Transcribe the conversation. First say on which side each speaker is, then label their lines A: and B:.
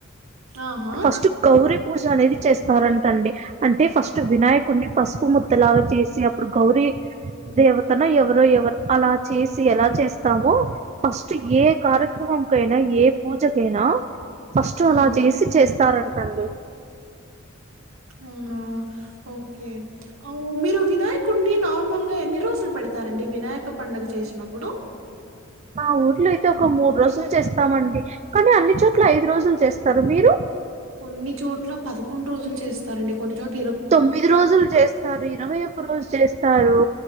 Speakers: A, on the right; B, on the right.
A: ఆహా
B: ఫస్ట్ గౌరి పూజ అనేది చేస్తారంటండి అంటే ఫస్ట్ వినాయకుడ్ని ఫస్ట్ ముద్దలాగా చేసి అప్పుడు గౌరీ దేవతను ఎవరో ఎవర్ అలా చేసి ఎలా చేస్తావో ఫస్ట్ ఏ కార్యక్రమంకైనా ఏ పూజకైనా ఫస్ట్
A: ఉమ్
B: అలా చేసి చేస్ స్తారంటండి.
A: అవునా ఓకే మీరు వినాయకున్నీ నార్మల్గా ఎన్ని రోజులు పెడతారండి వినాయక పండుగ చేసినప్పుడు
B: మా ఊర్లో అయితే ఒక మూడు రోజులు చేస్తామండి. కానీ అన్ని చోట్ల ఐదు రోజులు చేస్తారు. మీరు?
A: కొన్ని చోట్ల పదకొండు రోజులు చేస్తారండి కొన్ని చోట్
B: తొమ్మిది రోజులు చేస్తారు ఇరవై ఒక రోజులు చేస్తారు.